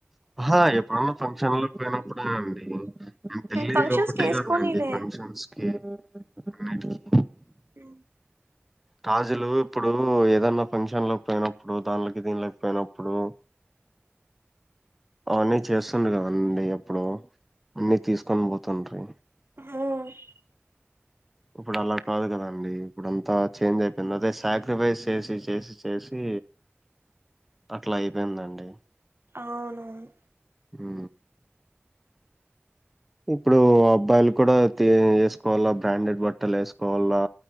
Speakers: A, in the centre; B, on the right.
A: ఆహ ఎప్పుడన్నా ఫంక్షన్ లో పెయినప్పుడే అండి, నేన్ పెళ్ళిలో
B: ఫంక్షన్స్
A: ఒకటే
B: కి వేసుకోనీలే
A: కదండి ఫంక్షన్స్ కి అన్నిటికి
B: హు
A: రాజులు ఇప్పుడు ఏదన్నా ఫంక్షన్లకి పోయినప్పుడు దాన్లొకి దీన్లోకి పోయినప్పుడు అవున్ని చేస్సుంది కదండి ఎప్పుడు, అన్నీ తీసుకొని పోతంట్రి
B: ఉ
A: ఇప్పుడు అలా కాదు కదండి, ఇప్పుడు అంతా చేంజ్ అయిపెంది, అదే సాక్రిఫైస్ చేసి చేసి చేసి అట్లా అయిపోయిందండి.
B: అవునైను
A: ఉ, ఇప్పుడు అబ్బాయిలు కూడా తి ఎస్కోవాలా బ్రాండెడ్ బట్టలు ఎసుకోవాలా